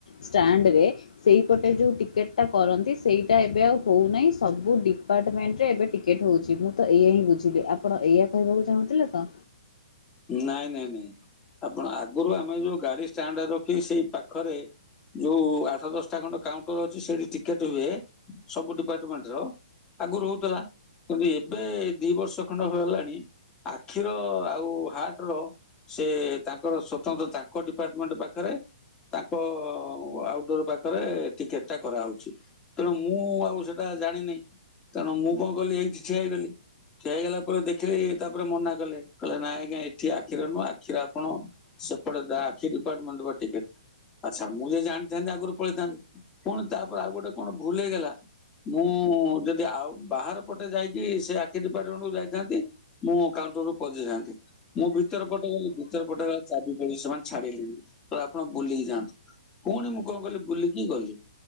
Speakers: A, on the left; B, on the left.
A: ଷ୍ଟାଣ୍ଡରେ ସେଇ ପଟେ ଯୋଉ ଟିକେଟ ଟା କରନ୍ତି ସେଇଟା ଏବେ ଆଉ ହଉନାହିଁ ସବୁ ଡିପାର୍ଟମେଣ୍ଟ ରେ ଏବେ ଟିକେଟ ହେଉଛି ମୁଁ ତ ଏଇଆ ହିଁ ବୁଝିଲି ଆପଣ ଏଇଆ କହିବାକୁ ଚାହୁଁଥିଲେ ତ
B: ନାଇଁ ନାଇଁ ନାଇଁ ଆପଣ ଆଗରୁ ଆମେ ଯୋଉ ଗାଡିଷ୍ଟାଣ୍ଡ ରଖି ସେଇ ପାଖରେ ଯୋଉ ଆଠ ଦଶଟା ଖଣ୍ଡ କାଉଣ୍ଟର ଅଛି ସେଇଠି ଟିକେଟ ହୁଏ ସବୁ ଡିପାର୍ଟମେଣ୍ଟ ର। ଆଗରୁ ହଉଥିଲା। କିନ୍ତୁ ଏବେ ଦି ବର୍ଷ ଖଣ୍ଡ ହେଲାଣି ଆଖିର ଆଉ ହାଟର ସେ ତାଙ୍କର ସ୍ଵତନ୍ତ୍ର ତାଙ୍କ ଡିପାର୍ଟମେଣ୍ଟ ପାଖରେ ତାଙ୍କ ଆଉଟଡୋର ପାଖରେ ଟିକେଟ ଟା କରାହେଉଛି। ତେଣୁ ମୁଁ ଆଉ ସେଟା ଜାଣିନି ତେଣୁ ମୁଁ କଣ କଲି ଏଇଠୀ ଠିଆ ହେଇଗଲି। ଠିଆ ହେଇଗଲା ପରେ ଦେଖିଲି ତାପରେ ମନା କଲେ କହିଲେ ନାଇଁ ଆଜ୍ଞା ଏଠି ଆଖିର ନୁହେଁ ଆଖିରେ ଆପଣ ସେପଟେ ଆଖି ଡିପାର୍ଟମେଣ୍ଟ ଟିକେ ଆଛା ମୁଁ ଯଦି ଜାଣିଥାନ୍ତି ଆଗରୁ ପଳେଇଥାନ୍ତି ପୁଣି ତାପରେ ଆଉ ଗୋଟେ କଣ ଭୁଲ ହେଇଗଲା। ମୁଁ ଯଦି ଆଉ ବାହାର ପଟେ ଯାଇକି ସେ ଆଖି ଡିପାର୍ଟମେଣ୍ଟକୁ ଯାଇଥାନ୍ତି ମୁଁ କାଉଣ୍ଟର ରୁ ପଦେଇଥାନ୍ତି। ମୁଁ ଭିତର ପଟେ ଗଲି ଭିତରେ ପଟେ ଗଲା ବେଳକୁ ଚାବି ପଡିଛି। ସେମାନେ ଛାଡିଲେଣିି କହିଲେ ଆପଣ ବୁଲିକି ଯାଆନ୍ତୁ। ପୁଣି ମୁଁ କଣ କଲି ବୁଲିକି ଗଲି।